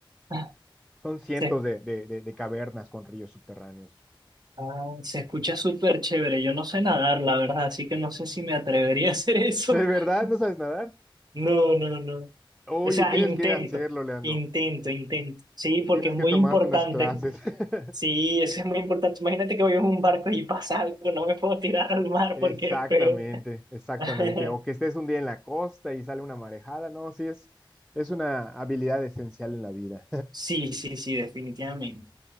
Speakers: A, on the right; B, in the centre.
A: Ah,
B: son cientos
A: Se,
B: de, de, de, de cavernas con ríos subterráneos.
A: ah, se escucha súper chévere. Yo no sé nadar, la verdad, así que no sé si me atrevería <laughs> a hacer
B: <laughs>
A: eso.
B: ¿De verdad
A: <laughs>
B: no sabes nadar?
A: No, no, no.
B: Oye,
A: O sea,
B: tienes
A: intento,
B: que hacerlo, Leandro.
A: intento, intento. Sí, porque
B: Tienes
A: es muy
B: que tomarte
A: importante.
B: unas clases. <laughs>
A: Sí, eso es muy importante. Imagínate que voy en un barco y pasa algo, no me puedo tirar al mar
B: Exactamente,
A: porque es peor.
B: exactamente.
A: <laughs>
B: O que estés un día en la costa y sale una marejada. No, sí, es, es una habilidad esencial en la vida.
A: Sí, sí, sí, definitivamente.